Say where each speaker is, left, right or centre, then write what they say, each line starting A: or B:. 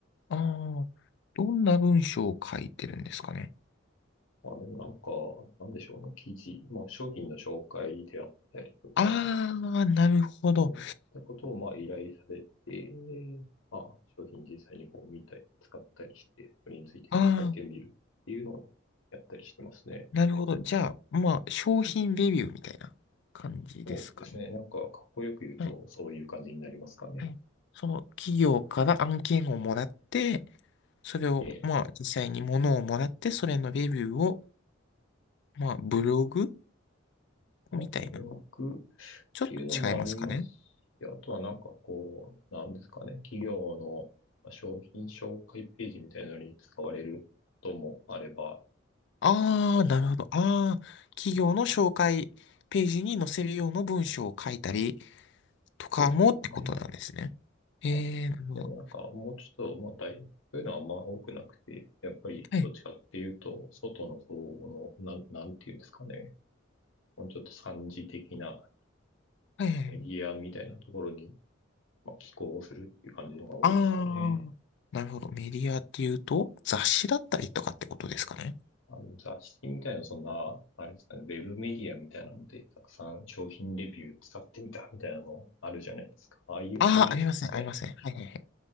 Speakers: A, on the left; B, on the left.
A: ああ、どんな文章を書いてるんですかね。
B: まあ、でもなんか、なんでしょうね。記事、まあ、商品の紹介であったりとか、
A: ああ、なるほど。
B: そういったことを、まあ、依頼されて、まあ、商品実際にこう見たり、使ったりして、それについてこう書いてみるっていうのをやったりしてますね。
A: ああ、なるほど。じゃあ、まあ、商品レビューみたいな感じですかね。
B: そうですね。なんか、かっこよく言うと、
A: はい。
B: そういう感じになりますかね。
A: はい。その企業から案件をもらって、それを、
B: ええ。
A: まあ、実際に物をもらって、それのレビューをまあ、ブログ
B: まあ、
A: みたいな。
B: ブログっ
A: ちょっと違いますかね。
B: ていうのもありますし、あとはなんかこう、なんですかね。企業のまあ商品紹介ページみたいなのに使われることもあれば、
A: ああ、
B: まあ、
A: なるほど。
B: そ
A: ああ、企業の紹介ページに載せるような文章を書いたりとかもってことなんですね。
B: うですね。
A: ええ、
B: まあ、
A: なるほど。
B: でもなんか、もうちょっと、まあ、大、そういうのはあんま多くなくて、やっぱり、
A: はい。
B: どっちかっていうと、外の方の、なん、なんていうんですかね。もうちょっと三次的な
A: はいはいはい。
B: メディアみたいなところにまあ、寄稿をするっていう感じのが多いですかね。
A: ああ、なるほど。メディアっていうと、雑誌だったりとかってことですかね。
B: まあ、でも雑誌みたいな、そんな、あれですかね、ウェブメディアみたいなので、たくさん商品レビュー使ってみたみたいなのあるじゃないですか。ああいう系のやつですね。
A: ああ、ありません、ありません。はいはいはい。